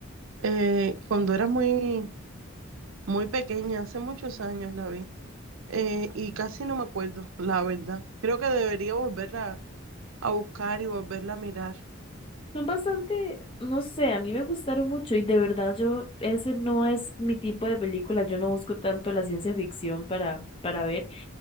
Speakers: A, on the right (about 70°); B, on the left (about 25°).
A: Eh, cuando era muy, muy pequeña, hace muchos años la vi. eh, y casi no me acuerdo, la verdad. Creo que debería volverla a buscar y volverla a mirar.
B: Son bastante, no sé, a mí me gustaron mucho y de verdad yo, ese no es mi tipo de película, yo no busco tanto la ciencia ficción para, para ver,